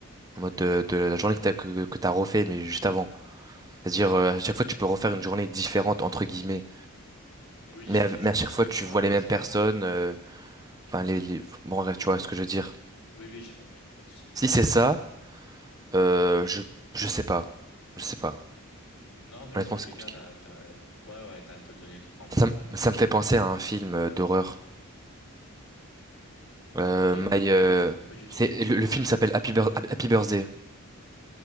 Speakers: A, on the right (about 15°); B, on the left (about 80°).
A: en mode de, de la journée que t'as, que, que t'as refait, mais juste avant. C'est-à-dire, euh, à chaque fois tu peux refaire une journée différente, entre guillemets,
B: Oui,
A: mais,
B: je-
A: à-
B: oui, je
A: mais
B: comprends.
A: à chaque fois
B: Mais
A: tu
B: bon,
A: vois
B: euh,
A: les
B: dans
A: mêmes
B: ce cas-là,
A: personnes,
B: non.
A: euh, Enfin, les, les- Bon, bref, tu vois ce que je veux dire.
B: Oui, oui, j'ai compris, pas de souci.
A: Si c'est ça, euh, je, je sais pas. Je sais pas.
B: Non, mais
A: Honnêtement,
B: dans tous
A: c'est
B: les
A: compliqué.
B: cas, t'as, t'as, ouais, ouais, ouais, t'as, t'as donné ton fin
A: Ça,
B: tout
A: me
B: à l'heure.
A: ça me fait penser à un film euh, d'horreur. Euh,
B: Ok,
A: My,
B: ah ok,
A: euh,
B: ouais, je connais pas du tout.
A: c'est, le, le film s'appelle Happy, Bir- Happy Birthday,